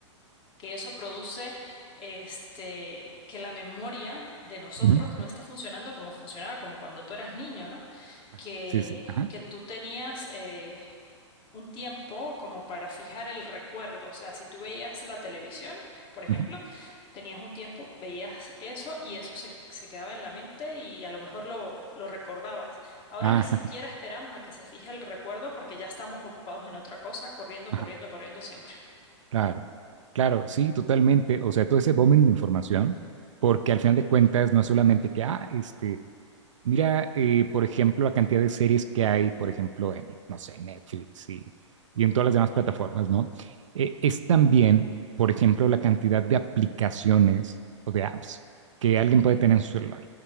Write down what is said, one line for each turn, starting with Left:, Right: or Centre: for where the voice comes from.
Left: que eso produce este, que la memoria de nosotros
Right: Ujú.
Left: no esté funcionando como funcionaba, como cuando tú eras niño, ¿no?
Right: Ajá.
Left: Que,
Right: Sí, sí. Ajá.
Left: que tú tenías eh, un tiempo como para fijar el recuerdo. O sea, si tú veías la televisión, por ejemplo,
Right: Ujú.
Left: tenías un tiempo, veías eso y eso se, se quedaba en la mente y a lo mejor lo, lo recordabas. Ahora
Right: Ajá.
Left: ni siquiera esperamos a que se fije el recuerdo porque ya estamos ocupados en otra cosa, corriendo,
Right: Ajá.
Left: corriendo, corriendo siempre.
Right: Claro. Claro, sí, totalmente. O sea, todo ese bombing de información, porque al final de cuentas no es solamente que, ah, este, Mira, eh, por ejemplo, la cantidad de series que hay, por ejemplo, en, no sé, Netflix y, y en todas las demás plataformas, ¿no? Eh, es también, por ejemplo, la cantidad de aplicaciones o de apps que alguien puede tener en su celular.